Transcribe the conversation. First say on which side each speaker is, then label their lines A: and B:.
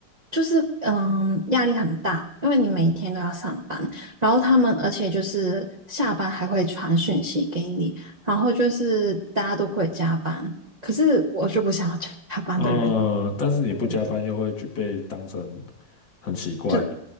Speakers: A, on the right; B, on the left.
A: 就是嗯，压力很大，因为你每天都要上班，然后他们而且就是下班还会传讯息给你，然后就是大家都会加班，可是我就不想要加班的人。
B: 呃，但是你不加班又会觉被当成
A: 对对对。
B: 很奇怪。
A: 就